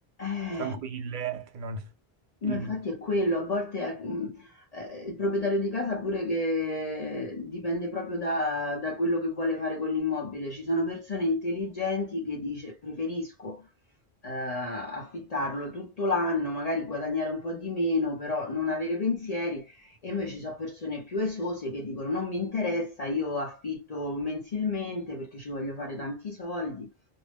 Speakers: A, on the left; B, on the right.
A: Eh,
B: tranquille, che non...
A: ma
B: il-
A: infatti è quello, a volte è, mh, eh, il proprietario di casa pure che dipende proprio da, da quello che vuole fare con l'immobile. Ci sono persone intelligenti che dice preferisco ehm, affittarlo tutto l'anno, magari guadagnare un po' di meno, però non avere pensieri. E invece ci sono persone più esose che dicono non mi interessa, io affitto mensilmente perché ci voglio fare tanti soldi.